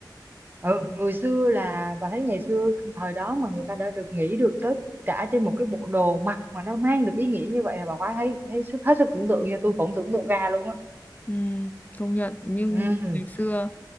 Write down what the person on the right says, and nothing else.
ừ, người xưa là bà thấy ngày xưa thời đó mà người ta đã được nghĩ được tất cả trên một cái bộ đồ mặc mà nó mang được ý nghĩa như vậy là bà quá thấy thấy sức hết sức tưởng tượng nha tôi cũng tưởng tượng ra luôn á
ừ